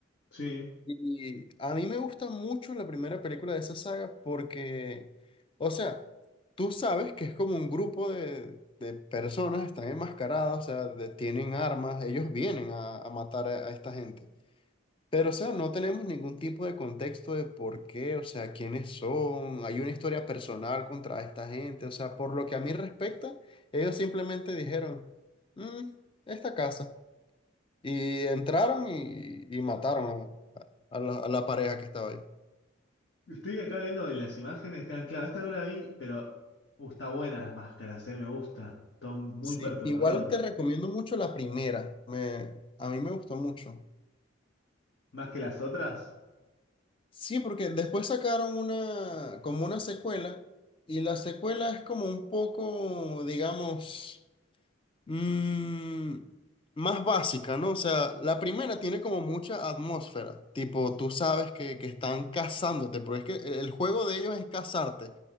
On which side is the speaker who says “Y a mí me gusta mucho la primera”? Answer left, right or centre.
Left